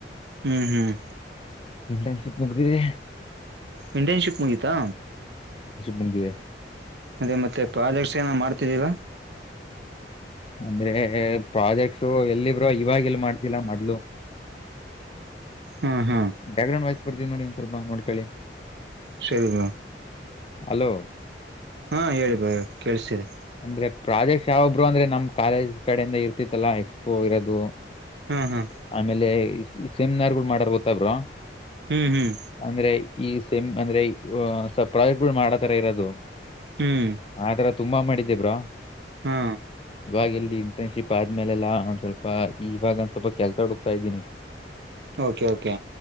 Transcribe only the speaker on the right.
ಹ್ಮ್ ಹ್ಮ್
ಇಂಟರ್ನ್ಶಿಪ್ ಮುಗಿತಾ
ಅದೇ ಮತ್ತೆ ಪ್ರಾಜೆಕ್ಟ್ಸ್ ಏನ ಮಾಡ್ತಿದ್ದೀಲ್ಲ
ಹಾ ಹಾ
ಸರಿ ಬ್ರೋ
ಹಾ ಹೇಳಿ ಬ್ರೋ ಕೇಳಸ್ತಿದೆ
ಹಾ ಹಾ
ಹ್ಮ್ ಹ್ಮ್
ಹ್ಮ್
ಹಾ
ಓಕೆ ಓಕೆ